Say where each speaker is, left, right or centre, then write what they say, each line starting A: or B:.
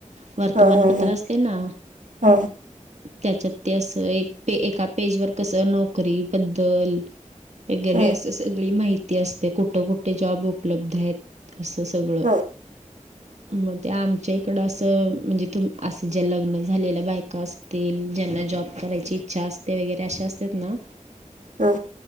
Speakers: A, on the right; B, on the right.
A: वर्तमानपत्र
B: हा हा
A: असते ना.
B: हा
A: त्याच्यात ते असं एक एका पेजवर कसं नोकरी बद्दल वगैरे
B: हा
A: असं सगळी माहिती असते, कुठं कुठे जॉब उपलब्ध आहेत. असं सगळं.
B: हा
A: मग ते आमच्या इकडं असं म्हणजे तुम असं ज्या लग्न झालेल्या बायका असतील, ज्यांना जॉब करायची इच्छा अस ते वगैरे अश्या असतात ना.
B: ह.